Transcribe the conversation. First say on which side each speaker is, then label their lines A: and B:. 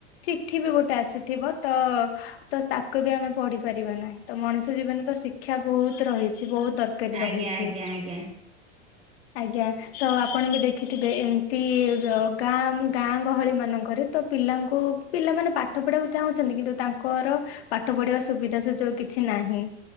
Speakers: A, on the left (about 65°); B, on the right (about 20°).
A: ଚିଠି ବି ଗୋଟେ ଆସିଥିବ ତ ତ ତାକୁ ବି ଆମେ ପଢି ପାରିବା ନାହିଁ ତ ମଣିଷ ଜୀବନ ତ ଶି ଶିକ୍ଷା ବହୁତ ରହିଛି ବହୁତ ଦରକାରୀ ରହିଛି।
B: ଆଜ୍ଞା ଆଜ୍ଞା ଆଜ୍ଞା
A: ଆଜ୍ଞା ତ ଆପଣ ବି ଦେଖିଥିବେ ଏମିତି ଗାଁ ଗାଁ ଗହଳି ମାନଙ୍କରେ ତ ପିଲାଙ୍କୁ ପିଲାମାନେ ପାଠ ପଢିବାକୁ ଚାହୁଁଛନ୍ତି କିନ୍ତୁ ତାଙ୍କର ପାଠ ପଢିବା ସୁବିଧା ସୁଯୋଗ କିଛି ନାହିଁ।